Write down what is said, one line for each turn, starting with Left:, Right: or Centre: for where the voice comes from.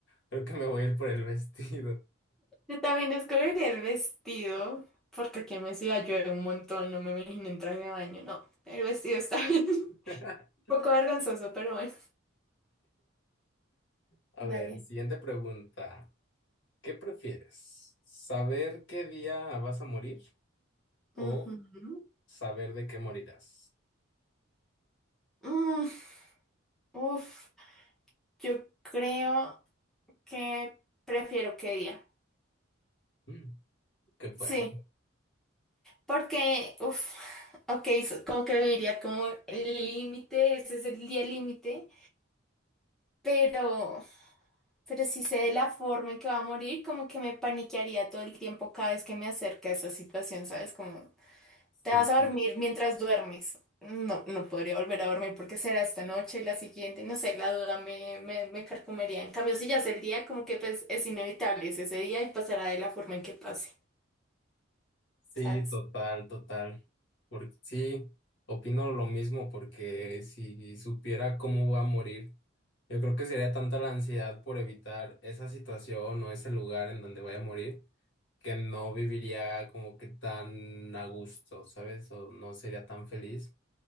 Left: creo que me voy a ir por el vestido.
Centre: Yo también escogería el vestido, porque aquí en mi ciudad llueve un montón, no me imagino en traje de baño, no. El vestido está bien. un
Left: <laughs>
Centre: poco vergonzoso, pero bueno.
Left: A
Centre: Dale.
Left: ver, siguiente pregunta. ¿Qué prefieres? ¿Saber qué día vas a morir o
Centre: Ujú.
Left: saber de qué morirás?
Centre: Mm, uf, yo creo que prefiero que día.
Left: Mm, qué fuerte.
Centre: Sí, porque, uf, ok, so- como que viviría como el límite, ese es el día límite, pero, pero si sé de la forma en que va a morir, como que me paniquearía todo el tiempo cada vez que me acerque a esa situación, ¿sabes? Como ¿Te
Left: Sí.
Centre: vas a dormir mientras duermes? No, no podría volver a dormir porque será esta noche, la siguiente, no sé, la duda me, me, me carcomería. En cambio, si ya es el día, como que pues es inevitable, es ese día y pasará de la forma en que pase,
Left: Sí,
Centre: ¿sabes?
Left: total, total. Porque sí, opino lo mismo, porque si supiera cómo voy a morir, yo creo que sería tanta la ansiedad por evitar esa situación o ese lugar en donde voy a morir, que no viviría como que tan a gusto, ¿sabes? O no sería tan feliz.